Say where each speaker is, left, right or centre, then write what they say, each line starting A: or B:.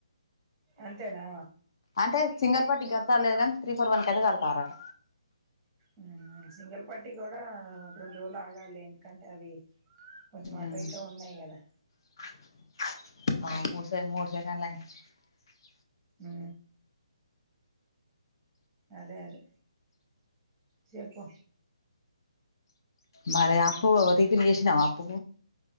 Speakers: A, in the centre; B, on the left.
A: అంతేనా
B: అంటే సింగల్ పట్టి గడతా లేద త్రీ ఫోర్ వన్ కదే గడతారట
A: మ్మ్ సింగల్ పట్ టి గూడా రొండు రోలు ఆగాలి ఎందుకంటే అవి కొంచెం అటోఇటో
B: ఉమ్
A: ఉన్నాయి గదా
B: <inaudible>
A: ఆ అదే అదే చెప్పు
B: మరి అప్పు రిపిన్ చేసినావ అప్పు